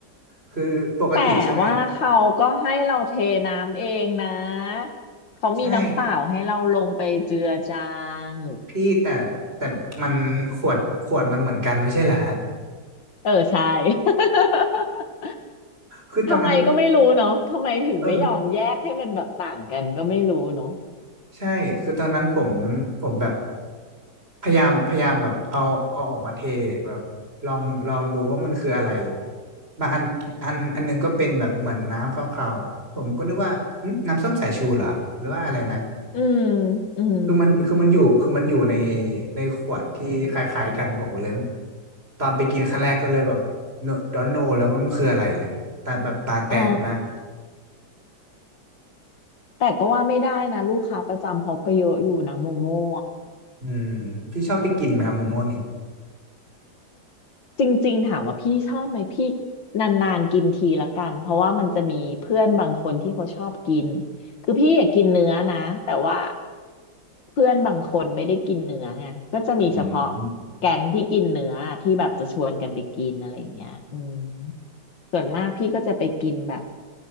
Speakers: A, on the right; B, on the left.
A: คือปกติใช่ไหม
B: แต่ว่าเขาก็ให้เราเทน้ำเองนะเขามีน้ำเปล่าให้เราลงไปเจือจา
A: ใช่
B: ง
A: พี่แต่แต่มันขวดขวดมันเหมือนกันไม่ใช่เหรอฮะ
B: เออใช่ <laughs>
A: คือตอนนั้น
B: ทำไมก็ไม่รู้เนาะทำไมถึงไม่ยอมแยกให้มันแบบต่างกันก็ไม่รู้เนาะ
A: เออใช่คือตอนนั้นผมผมแบบพยายามพยายามแบบเอาเอาออกมาเทแบบลองลองดูว่ามันคืออะไรบางอันอันอันหนึงก็เป็นแบบเหมือนน้ำขาวๆผมก็นึกว่าหึน้ำส้มสายชูเหรอหรือว่าอะไรนะ
B: อืมอืม
A: คือมันคือมันอยู่คือมันอยู่ในในขวดที่คล้ายๆกันผมเลยตอนไปกินครั้งแรกก็เลยแบบดอนโนแล้วมันคืออะไรตาแบบตาแตกมาก
B: อ๋อแต่ก็ว่าไม่ได้นะลูกค้าประจำเขาก็เยอะอยู่นะโมโม่
A: อืมพี่ชอบไปกินไหมครับโมโม่นี่
B: จริงๆถามว่าพี่ชอบไหมพี่นานๆกินทีละกันเพราะว่ามันจะมีเพื่อนบางคนที่เขาชอบกินคือพี่อยากกินเนื้อนะแต่ว่าเพื่อนบางคนไม่ได้กินเนื้อไงก็จะมีเฉพาะ
A: อืม
B: แก๊งที่กินเนื้อที่แบบจะชวนกันไปกินอะไรอย่างเงี้ยอืมส่วนมากพี่ก็จะไปกินแบบ